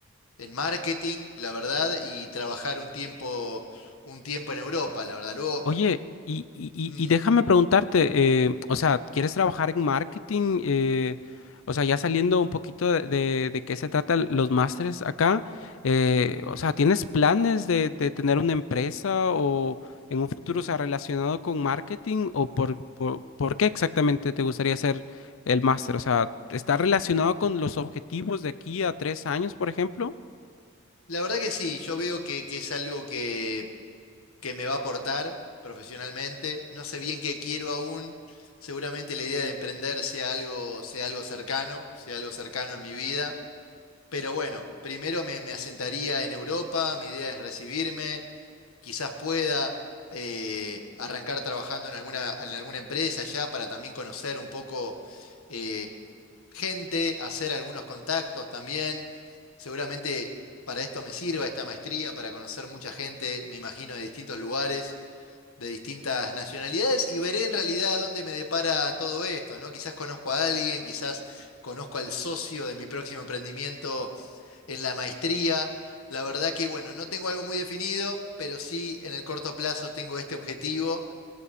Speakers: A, on the left; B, on the left.
A: en marketing, la verdad, y trabajar un tiempo, un tiempo en Europa, la verdad. Luego,
B: Oye, y, y- y-
A: mm,
B: y déjame preguntarte, eh, o sea, ¿quieres trabajar en marketing? Eh, o sea, ya saliendo un poquito de, de- de qué se trata los másteres acá, eh, o sea, ¿tienes planes de, de tener una empresa o en un futuro, o sea, relacionado con marketing? ¿O por, por, por qué exactamente te gustaría hacer el máster? O sea, ¿está relacionado con los objetivos de aquí a tres años, por ejemplo?
A: la verdad que sí, yo veo que que es algo que que me va a aportar profesionalmente. No sé bien qué quiero aún. Seguramente la idea de emprender sea algo, sea algo cercano, sea algo cercano en mi vida. Pero bueno, primero me, me asentaría en Europa, mi idea es recibirme, quizás pueda eh, arrancar trabajando en alguna, en alguna empresa ya para también conocer un poco eh, gente, hacer algunos contactos también. Seguramente para esto me sirva esta maestría, para conocer mucha gente, me imagino, de distintos lugares de distintas nacionalidades y veré en realidad dónde me depara todo esto, ¿no? Quizás conozco a alguien, quizás conozco al socio de mi próximo emprendimiento en la maestría. La verdad que, bueno, no tengo algo muy definido, pero sí en el corto plazo tengo este objetivo.